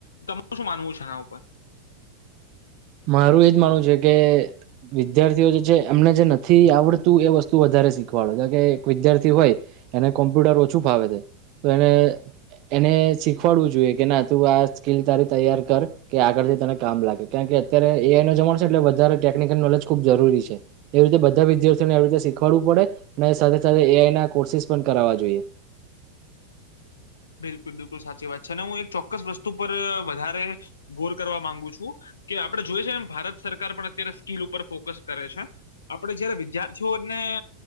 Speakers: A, on the left; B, on the right.
A: તમારુ શું માનવું છે એના ઉપર?
B: મારું એજ માનું છે કે વિદ્યાર્થીઓ જે એમને જે નથી આવડતું એ વસ્તુ વધારે શીખવાડો કે એક વિદ્યાર્થી હોય એને કોમ્પ્યુટર ઓછું ફાવે છે, તો એને એને શીખવાડવું જોઈએ કે ના તું આ સ્કીિલ તારી તૈયાર કર, કે આગળથી તને કામ લાગે. કારણ કે અત્યારે એઆઈ નો જમાણો, એટલે વધારે ટેકનિકલ નોલેજ ખૂબ જરૂરી છે. એવી રીતે બધા વિદ્યાર્થીઓને આવી રીતે શીખવાડવું પડે અને સાથે સાથે એઆઈ ના કોર્સિસ પણ કરાવવા જોઈએ.
A: બિલકુલ બિલકુલ સાચી વાત છે, અને હું એક ચોક્કસ વસ્તુ પર વધારે ગોર કરવા માંગુ છું કે આપડે જોઈએ છે એમ ભારત સરકાર પણ અત્યારે સ્કીિલ ઉપર ફોકસ કરે છે. આપણે જયારે વિદ્યાર્થીઓને